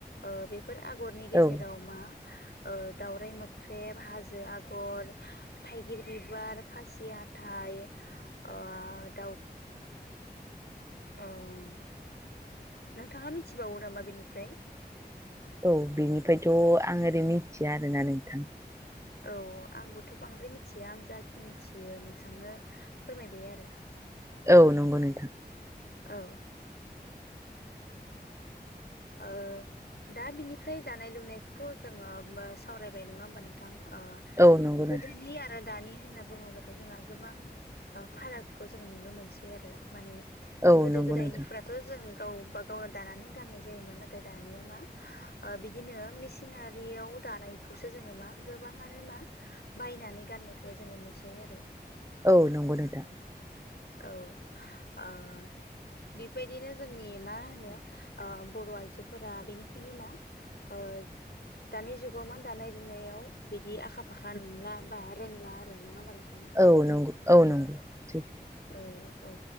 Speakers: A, on the left; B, on the right.
A: ओ बेफोर आगरनि गेजेराव
B: औ
A: मा, ओ दाउराइ मोख्रेब हाजो आगर, थाइगिर बिबार खासि हाथाइ ओ दाउ! ओं नोंथाङा मिथिबावो नामा बेनिफ्राय?
B: औ बेनिफाय थ' आं ओरै मिथिया आरोना नोंथां!
A: औ आंबोथ' बांद्राय मिनथिया आं जाखिनि मिथियो इसांनो फोरमायबाय आरो!
B: औ नंगौ नोंथां!
A: औ! ओ? दा बिनिफ्राय दानाय लुनायखौथ' जोङो सावरायबाय नङा होमबा नोंथां ओ,
B: औ नंगौ
A: गोदोलि
B: नोंथां
A: आरो दानि होनना बुङोबाथ' जोंहा गोबां फारागखौ जोङो नुनो मोनसै आरो! माने
B: औ
A: गोदो
B: नंगौ
A: गोदायनिफोराथ'
B: नोंथां
A: जों गावबा - गावनो दानानै गाननाय जायोमोन नाथाय दानिया मा ओ बिदिनो मेसिनारियाव दानाय - खौसो जोङो मा गोबाङानो मा बायनानै गाननायखौ जोङो नुसै आरो!
B: औ नंगौ नोथां!
A: औ ओ - बिबायदिनो जोंनि मा होनो ओ बर' आइजोफोरा बेनिखायनो मा - ओ! दानि जुगाव मा दानाय लुनायाव बिदि आखा फाखा नंला बा रोंला आरो नङा होनबा नोंथां?
B: औ नंगौ औ नंगौ! सैथो
A: औ औ!